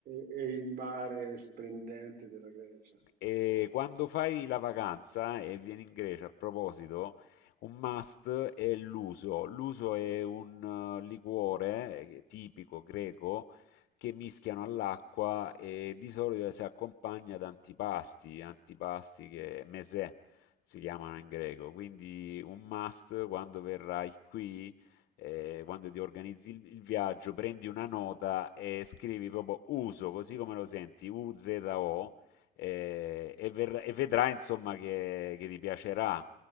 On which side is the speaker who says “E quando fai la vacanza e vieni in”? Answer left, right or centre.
Left